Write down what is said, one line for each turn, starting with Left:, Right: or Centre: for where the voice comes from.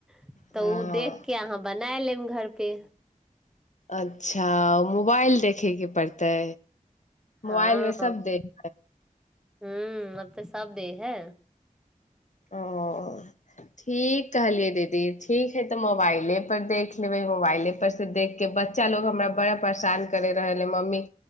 Centre: तऽ
Left: हँ
Centre: ओ देख के अहाँ ब। नै ऐलेन घर पे।
Left: अच्छा मोबाइल देखयके पड़तै।
Centre: हँ
Left: मोबाइल मे सब देख
Centre: हू। तऽ सब दे है।
Left: ओ ठीक कहलियै दीदी ठीक हइ तऽ मोबाइलेपर देख लेबै मोबाइलेपर से देखि कऽ बच्चा लोग हमरा बड़ा परेशान करैत रहलइ मम्मी